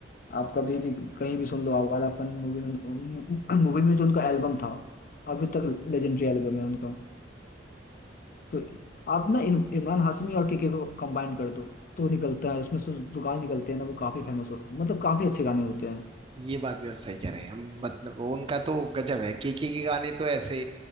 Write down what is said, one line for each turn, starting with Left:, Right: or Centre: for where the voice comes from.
Left: आप कभी भी कहीं भी सुन लो आवारापन मूवी में मूवी में जो उनका एल्बम था अभी तक लेजेंडरी एल्बम है उनका तो आप ना इम- इमरान हाशमी और के के को कंबाइन कर दो तो निकलता है उसमें से जो गाने निकलते हैं ना वो काफी फेमस होते हैं मतलब काफी अच्छे गाने होते
Right: ये बात भी आप सही कह रहे हैं मतलब वो उनका तो गजब है केके के गाने तो ऐसे